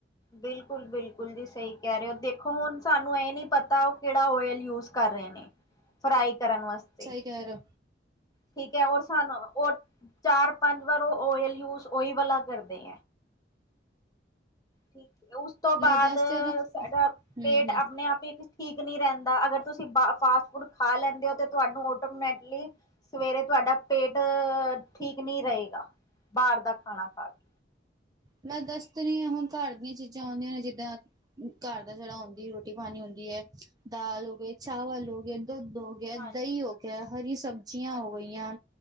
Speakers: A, on the left; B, on the right.
A: ਬਿਲਕੁਲ-ਬਿਲਕੁਲ ਜੀ ਸਹੀ ਕਹਿ ਰਹੇ ਹੋ ਦੇਖੋ ਹੁਣ ਸਾਨੂੰ ਇਹ ਨੀ ਪਤਾ ਉਹ ਕਿਹੜਾ ਓਇਲ ਯੂਜ ਕਰ ਰਹੇ ਨੇ ਫਰਾਈ ਕਰਨ ਵਾਸਤੇ
B: ਕਿਆਰ
A: ਠੀਕ ਰ ਸਾਨੂੰ ਰ ਚਾਰ ਪੰਜ ਵਾਰ ਉਹ ਓਇਲ ਯੂਜ ਓਹੀ ਵਾਲਾ ਕਰ ਦੇ ਠੀਕ ਉਸ ਤੋਂ ਬਾਅਦ
B: ਮੈਂ ਦੱਸ ਤੇ ਰਹੀ
A: ਸਾਡਾ
B: ਹੂੰ-ਹੂੰ
A: ਪੇਟ ਆਪਣੇ ਆਪ ਹੀ ਠੀਕ ਨਹੀਂ ਰਹਿੰਦਾ ਅਗਰ ਤੁਸੀਂ ਫਾਸਟ ਫੂਡ ਖਾ ਲੈਂਦੇ ਹੋ ਤੁਹਾਨੂੰ ਟੋਮੈਟਲੀ ਸਵੇਰੇ ਤੁਹਾਡਾ ਪੇਟ ਅ ਠੀਕ ਨਹੀਂ ਰਹੇਗਾ ਬਾਹਰ ਦਾ ਖਾਣਾ ਖਾ ਕੇ
B: ਮੈਂ ਦੱਸ ਰਹੀ ਹਾਂ ਹੁਣ ਘਰ ਦੀਆਂ ਚੀਜ਼ਾਂ
A: ਹਾਂਜੀ
B: ਆਉਂਦੀਆਂ ਨੇ ਜਿੱਦਾਂ ਘਰ ਦਾ ਜਿਹੜਾ ਹੁੰਦੀ ਰੋਟੀ ਪਾਣੀ ਹੁੰਦੀ ਹੈ ਦਾਲ ਹੋ ਗਏ ਚਾਵਲ ਹੋ ਗਏ ਦੁੱਧ ਹੋ ਗ ਹੋ ਗਿਆ
A: ਹਾਂਜੀ
B: ਦਹੀਂ ਹੋ ਗਿਆ ਹਰੀ ਸਬਜ਼ੀਆਂ
A: ਹਾਂਜੀ
B: ਹੋਗਿਆ